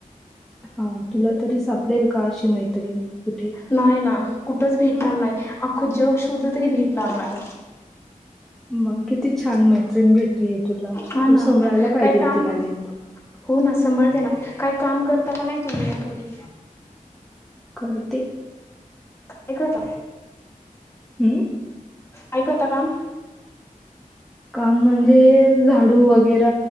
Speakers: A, in the centre; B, on the left.
A: हा तुला तरी सापडेल का अशी मैत्रीण? कुठे
B: नाय ना कुठंच भेटणार
A: हम्म
B: नाही अख्खं जग शोधलं तरी भेटणार नाही.
A: मग किती छान मैत्रिण भेटलीय तुला.
B: हा ना.
A: तू सभळायला पाहिजेल
B: काही काम
A: तिला
B: कर
A: नीट
B: हो ना सांभाळते ना काही काम करता का नाही तुम्ही मग घरी.
A: करते
B: निघ आता
A: हम्म.
B: ऐकता का.
A: काम म्हणजे झाडू वगैरे